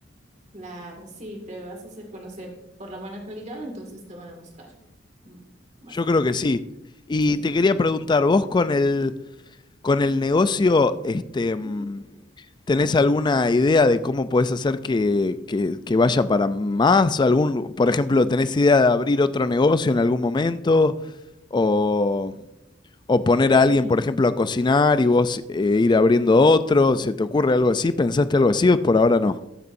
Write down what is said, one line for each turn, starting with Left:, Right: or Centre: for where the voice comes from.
Right: claro, sí, te vas a hacer conocer por la buena calidad, entonces te van a buscar mm, más
Left: Yo
Right: gente.
Left: creo que sí. Y
Right: Sí.
Left: te quería preguntar, vos con el... Con el negocio, este, mm,
Right: Mm,
Left: ¿tenés alguna idea de cómo podés hacer que, que- que vaya para más? ¿Algún, por ejemplo, tenés idea de abrir otro negocio en algún momento? ¿O, o poner
Right: eh,
Left: a alguien, por ejemplo, a cocinar y vos eh, ir abriendo otro? ¿Se te ocurre algo así? ¿Pensaste algo así o por ahora no?